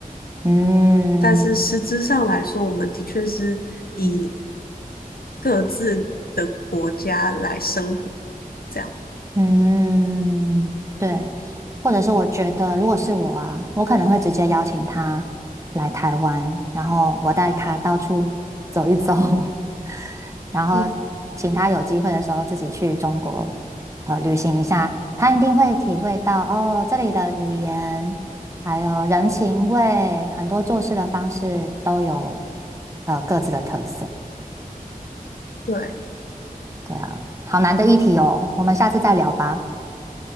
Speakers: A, on the right; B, on the left.
A: 嗯。
B: 但是实质上来说，
A: 嗯
B: 我们的确是以
A: 嗯
B: 各自的国家来生活这样。”
A: 嗯，对，或者是我觉得，如果是我啊，我可能会直接邀请他来台湾，然后我带他到处走一走，<laughs> 然后请他有机会的时候自己去中国呃旅行一下，
B: 嗯，
A: 他一定会体会到哦这里的语言，还有人情味，很多做事的方式都有呃各自的特色。
B: 对，
A: 对啊，好难的一题哦，我们下次再聊吧。